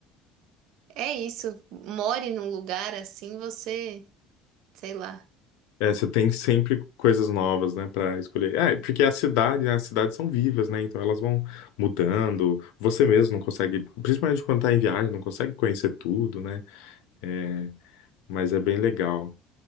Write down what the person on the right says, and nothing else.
é isso, more num lugar assim, você, sei lá.